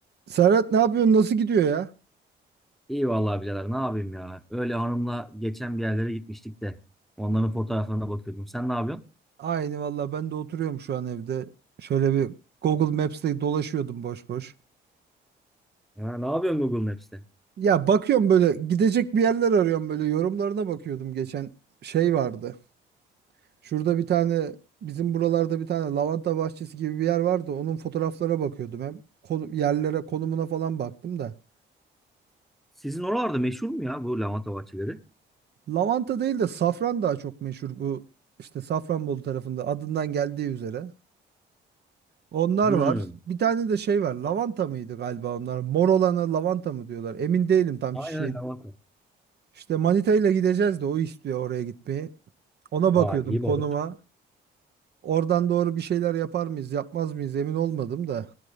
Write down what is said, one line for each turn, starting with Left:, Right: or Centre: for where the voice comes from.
Right: Serhat ne yapıyorsun? Nasıl gidiyor ya?
Centre: İyi vallahi birader ne yapayım ya. Öyle hanımla geçen bir yerlere gitmiştik de. Onların fotoğraflarına bakıyordum. Sen ne yapıyorsun?
Right: Aynı valla ben de oturuyorum şu an evde. Şöyle bir Google Maps'te dolaşıyordum boş boş.
Centre: Ha, ne yapıyorsun Google Maps'te?
Right: Ya bakıyorum böyle gidecek bir yerler arıyorum böyle yorumlarına bakıyordum geçen şey vardı. Şurada bir tane bizim buralarda bir tane lavanta bahçesi gibi bir yer vardı. Onun fotoğraflara bakıyordum hem konu, yerlere konumuna falan baktım da.
Centre: Sizin oralarda meşhur mu ya bu lavanta bahçeleri?
Right: Lavanta değil de safran daha çok meşhur bu işte Safranbolu tarafında adından geldiği üzere. Onlar
Centre: Hmm.
Right: var. Bir tane de şey var. Lavanta mıydı galiba onlar? Mor olana lavanta mı diyorlar? Emin değilim tam
Centre: Aynen
Right: çiçeğin.
Centre: lavanta.
Right: İşte manitayla gideceğiz de o istiyor oraya gitmeyi. Ona
Centre: Vay
Right: bakıyordum
Centre: iyi
Right: konuma.
Centre: baba.
Right: Oradan doğru bir şeyler yapar mıyız, yapmaz mıyız emin olmadım da.